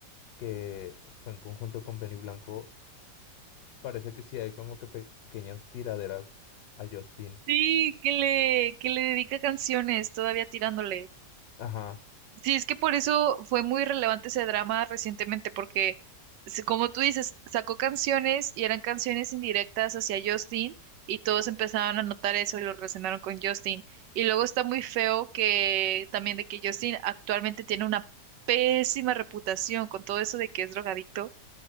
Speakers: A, on the left; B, on the right.
A: que fue en conjunto con Benny Blanco, parece que sí hay como que pe- pequeñas tiraderas a Justin.
B: Sí, que le, que le dedica canciones todavía tirándole.
A: Ajá.
B: Sí, es que por eso fue muy relevante ese drama recientemente, porque se- como tú dices, sacó canciones y eran canciones indirectas hacia Justin y todos empezaron a notar eso y lo relacionaron con Justin. Y luego está muy feo que también de que Justin actualmente tiene una pésima reputación con todo eso de que es drogadicto